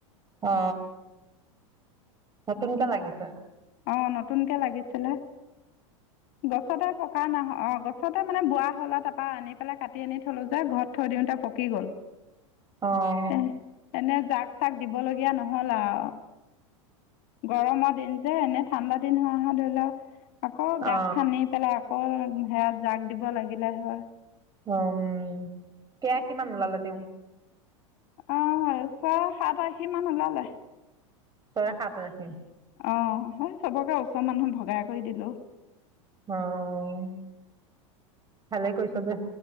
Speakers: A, on the right; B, on the left.
A: অ, নতুনকে লাগি
B: অ, নতুনকে লাগিছিলে। গছতে পকা নহ অ', গছতে মানে বুঢ়া হ'ল তাপা মানে আনি পেলাই কাটি আনি থলো যে, ঘৰত থৈ দিওঁতে পকি গ'ল।
A: অ অ
B: এ এনে জাক চাক দিবলগীয়া নহ'ল আৰু, গৰমৰ দিন। যে এনে ঠাণ্ডা দিন হোৱা হয় ধৰি ল, আকৌ গাঁত
A: অ
B: খান্দি পেলা কল সেয়া জাগ দিব লাগিলে হয়।
A: অউম, কেআশী মান ওলালে তেউ।
B: অ' ছয়, সাত, আশী মান ওলালে।
A: ছয়, সাত আশী
B: অ', হয় চবকে ওচৰ মানুহ ভগাই কৰি দিলোঁ।
A: অ', ভালে কৰিছ দে,